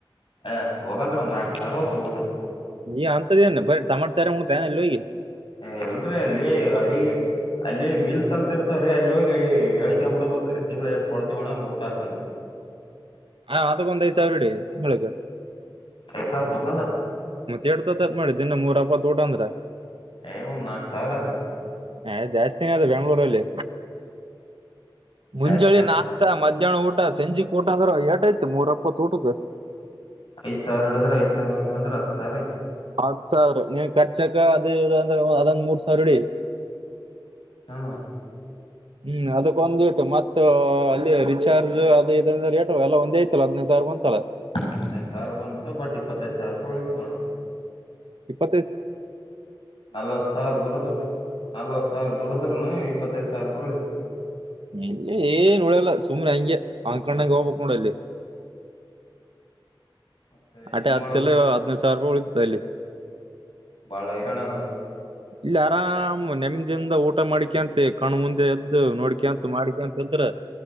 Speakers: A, on the left; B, on the right.
A: ಏ ಅಷ್ಟ್ ಹೋಗಲ್ರಿ ಒಂದ್, ನಾಕ ಸಾವಿರ <unintelligible> ಊಟಕ್ಕ್.
B: ನೀ ಹಂತದೇನ್ ಬರೇ ಟೊಮ್ಯಾಟೋ ಸಾರ್ ಉನ್ನತಿ ಏನ್ ಅಲ್ಲಿ ಹೋಗಿ.
A: ಏ ಇಲ್ರಿ ಅಲ್ಲಿ ಅಡಗಿ ಅಲ್ಲಿ ಮೀಲ್ಸ್ ಅಂತ ಇರ್ತಾವ್ರಿ ಅಲ್ಲಿ ಹೋಗಿ ಹಳ್ಕೊಂಡ್ ಬಿಡ್ಬೇಕ್ರಿ ತಿಂಗ್ಳ್ ಇಟ್ ಕೊಡ್ತೀವ ಅಣ್ಣ ಊಟ ಹಾಕಂತ.
B: <inaudible> ಹಾ ಅದಕ್ಕೊಂದ ಐದ್ ಸಾವರ್ ಹಿಡಿ <unintelligible>
A: ಐದ್ ಸಾವರ ತಗೋದ.
B: ಮತ್ತ ಎಟ್ಟ್ ತಗೋತಾರ್ ಅಂತ್ ಮಾಡಿದ್ದಿ ದಿನ ಮೂರ್ ಅಪ್ಪತ್ ಊಟ ಅಂದ್ರ.
A: ಏ ಒಂದ್ ನಾಕ ಸಾವರ ಅದ.
B: ಎ ಜಾಸ್ತಿನ ಅದು ಬೆಂಗ್ಳೂರಲ್ಲಿ ಮುಂಜೋಳ್ಳಿ
A: ಜಾಸ್ತಿನ
B: ನಾಸ್ಟಾ ಮ ಏನ್ ಊಟ ಸಂಜಿ ಊಟ ಅಂದ್ರೆ ಎಟ್ಟ ಆಯ್ತ ಮೂರ ವಪ್ಪತ್ ಊಟದ.
A: ಐದ್ ಸಾವಿರ ಇಡದ್ರೆ ಐದ ಸಾವಿರ <unintelligible> ಹತ್ತ್ ಸಾವರ ಆಯ್ತ್.
B: ಹತ್ತ್ ಸಾವಿರ ನೀನ್ ಖರ್ಚಕ ಅದ ಇದ್ ಅಂದ್ರ ಅದೊಂದ್ ಮೂರ್ ಸಾವಿರ ಹಿಡಿ.
A: ಹ್ಮು
B: <inaudible> ಹ್ಮು ಅದಕ್ಕೊಂದ್ ಇಟ್ ಮತ್ತ ಅ ಅಲ್ಲಿ ರಿಚಾರ್ಜ್ ಅದ ಇದ ಅಂದ್ರ ರೇಟ ಎಲ್ಲ ಒಂದ ಐತಲ್ಲ ಹದನೈದ್ ಸಾವಿರ ಬಂತಲ್ಲ.
A: ಹದ್ನೈದ ಸಾವಿರ ಬಂತು ಬಟ್ ಇಪ್ಪತ್ತೈದು ಸಾವಿರ ರೂಪಾಯಿ ಉಳಿತ್ ನೋಡ್.
B: ಇಪ್ಪತ್ತೈ ಸ್
A: ನಾಲ್ವತ್ ಸಾವಿರ ದುಡುದ್ರ ನಾಲ್ವತ್ ಸಾವಿರ ದುಡುದ್ರುನು ಇಪ್ಪತ್ತೈದ ಸಾವಿರ ರೂಪಾಯಿ ಉಳಿತ.
B: ಎಲ್ಲಿ ಏನ್ ಉಳಿಯಲ್ಲ ಸುಮ್ಮನೆ ಹಂಗೆ ಅನ್ಕೊಂಡಂಗ್ ಹೋಗ್ಬೇಕ್ ನೋಡ್ ಅಲ್ಲಿ. <inaudible>
A: ಮತ್ತೆ
B: ಅಟೆ
A: ಹೆಂಗ್
B: ಹತ್ತ
A: ಮಾಡ್ಬೇಕ್
B: ಇಲ್ಲ ಹದ್ನೈದ ಸಾವಿರ ರೂಪಾಯಿ ಉಳಿತೈತಿ ಅಲ್ಲಿ.
A: ಬಾಳ ಹೈರಾನ್ ಅದ ಹಂಗಾರ.
B: ಇಲ್ಲಿ ಆರಾಮ್ ನೆಮ್ದಿಂದ ಊಟ ಮಾಡಿಕಂತ ಕಣ್ಣ್ ಮುಂದೆ ಇದ್ದ ನೋಡ್ಕಿಂತ ಮಾಡಿಕಂತ ಇದ್ರ